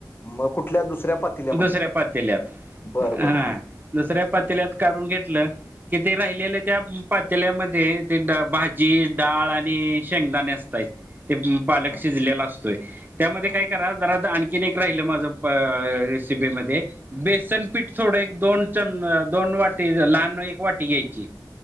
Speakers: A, on the left; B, on the right.
A: मग कुठल्या दुसऱ्या पातेल्यामध्ये
B: दुसऱ्या पातल्यात
A: बरं
B: हा
A: बरं
B: दुसऱ्या पातल्यात काढून घेतलं तेिथे राहिलेल्या त्या पात्याल्यामध्ये ते भाजी डाळ आणि शेंगदाणे असतात पालक
A: हा
B: शिजलेला असतोय त्या
A: हा
B: काय करा जरा आण किनेक राहिलं माझं रेसिपीमध्येध्ये बेसन पीठ थोडं एक दोन चम दोन वाटी लहान एक वाटी घ्यायची